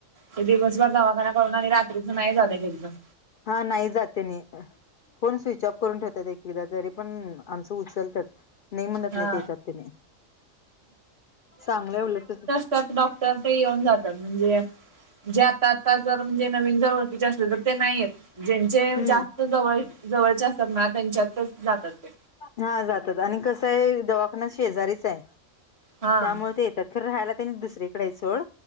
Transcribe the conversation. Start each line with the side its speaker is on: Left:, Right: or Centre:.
Right: ते दिवसभर दवाखाना करून आणि रात्रीच नाही जात घरी पण
Left: हा नाही जाते नी. फोन स्विच ऑफ करून ठेवतात एक एकदा तरी पण आमचं उचलतात. नाही म्हणत
Right: हा
Left: नाही त्याच्यात त्याने चांगलंये उलट तस.
Right: त्याच डॉक्टर येऊन जातात म्हणजे जे जर म्हणजे नवीन जर ओळखीचे असले तर ते नाहीयेत ज्यांचे
Left: हम्म
Right: जास्त जवळ जवळचे असतात ना त्यांच्यात ते जातात ते.
Left: हा जातात आणि कसंये दवाखाना शेजारीच आहे
Right: हा
Left: त्यामुळे ते येतात. खरं राहायला त्यांनी दुसरीकडे सोड